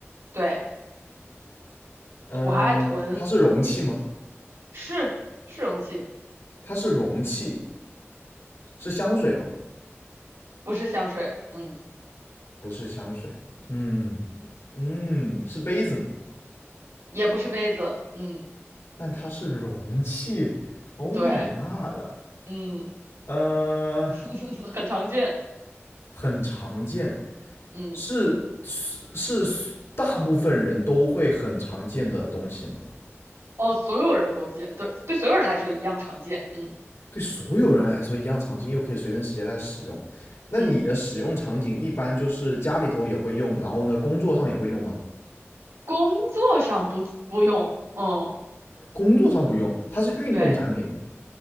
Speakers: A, on the right; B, on the left.
A: 对，
B: 嗯，
A: 我还爱囤，
B: 它是容器吗？
A: 是是容器，
B: 它是容器，是香水吗？
A: 不是香水，嗯，
B: 不是香水。嗯嗯，是杯子吗？
A: 也不是杯子，嗯，
B: 但它是容器，Oh
A: 对，
B: my god！
A: 嗯，
B: 呃，
A: <laughs> 很常见，
B: 很常见，
A: 嗯，
B: 是是是大部分人都会很常见的东西吗？
A: 哦，所有人都见，对对，所有人来说一样常见，嗯
B: 对所有人来说一样常见，又可以随身携带使用。那你的使用场景一般就是家里头也会用，
A: 嗯，
B: 然后呢，工作上也会用吗？
A: 工作上不不用，嗯，
B: 工作上不用，它是运动产品吗？
A: 对，